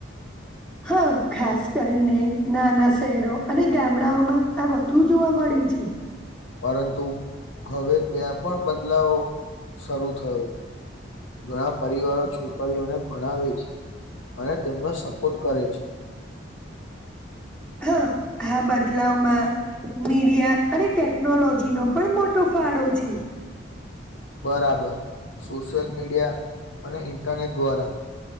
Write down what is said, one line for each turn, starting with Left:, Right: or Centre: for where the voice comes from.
Centre: હા ખાસ કરીને નાના શહેરો અને ગામડાઓમાં આ વધુ જોવા મળે છે.
Left: પરંતુ હવે ત્યાં પણ બદલાવો શરૂ થયો ઘણા પરિવારો છોકરીઓને ભણાવે છે. અને તેમનો સપોર્ટ કરે છે.
Centre: હા હા બદલાવમાં મીડિયા અને ટેકનોલોજી નો પણ મોટો ફાળો છે.
Left: બરાબર સોશિયલ મીડિયા અને ઇન્ટરનેટ દ્વારા